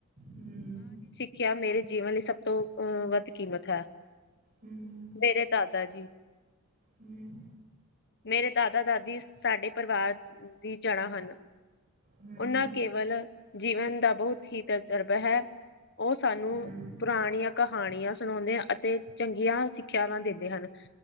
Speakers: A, on the right; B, on the left.
A: ਹੂੰ,
B: ਕਿਆ ਮੇਰੇ ਜੀਵਨ ਲਈ ਸਭ ਤੋਂ ਅਹ ਵੱਧ ਕੀਮਤ ਹੈ,
A: ਹੂੰ,
B: ਮੇਰੇ ਦਾਦਾ ਜੀ
A: ਹੂੰ।
B: ਮੇਰੇ ਦਾਦਾ ਦਾਦੀ ਸਾਡੇ ਪਰਿਵਾਰ ਦੀ ਜੜਾ ਹਨ।
A: ਹੂੰ
B: ਉਹਨਾਂ ਕੇਵਲ ਜੀਵਨ ਦਾ ਬਹੁਤ ਹੀ ਤਜਰਬਾ ਹੈ ਉਹ ਸਾਨੂੰ
A: ਹੂੰ
B: ਪੁਰਾਣੀਆਂ ਕਹਾਣੀਆਂ ਸੁਣਾਦੇ ਅਤੇ ਚੰਗੀਆਂ ਸਿੱਖਿਆਵਾਂ ਦਿੰਦੇ ਹਨ।